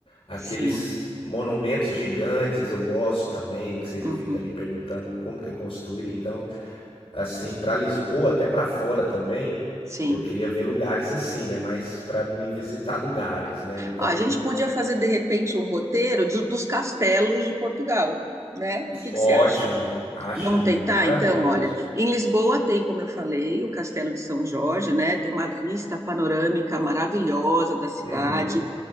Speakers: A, on the left; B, on the right.
A: aqueles
B: sim.
A: monumentos gigantes eu gosto também, que você
B: Uhum,
A: fica ali perguntando como que construíram, então Assim, para Lisboa, até para fora também,
B: sim.
A: eu queria ver lugares assim, né? Mas para mim visitar lugares, né? Então,
B: Ó, a gente podia fazer, de repente, um roteiro de- dos castelos de Portugal, né? O que
A: ótimo,
B: que você acha?
A: acho
B: Vamos
A: maravilhoso.
B: tentar, então, olha. Em Lisboa tem, como eu falei, o Castelo de São Jorge, né? Tem uma vista panorâmica maravilhosa da cidade.
A: Uhum.